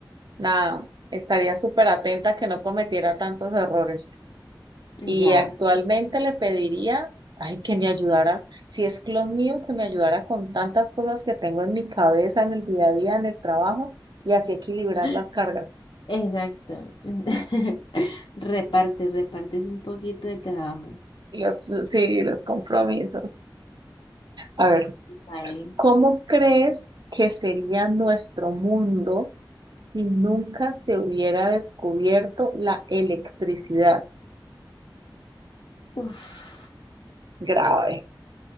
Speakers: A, on the right; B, on the left.
A: nada, estaría súper atenta a que no cometiera tantos errores.
B: Ya.
A: Y actualmente le pediría, ay, que me ayudara, si es clon mío, que me ayudara con tantas cosas que tengo en mi cabeza, en el día a día, en el trabajo, y así equilibrar
B: <laughs>
A: las cargas,
B: Exacto. <laughs> Repartes, repartes un poquito de trabajo.
A: y los, sí, los compromisos. A ver,
B: Vale.
A: ¿cómo crees que sería nuestro mundo si nunca se hubiera descubierto la electricidad?
B: Uf.
A: Grave.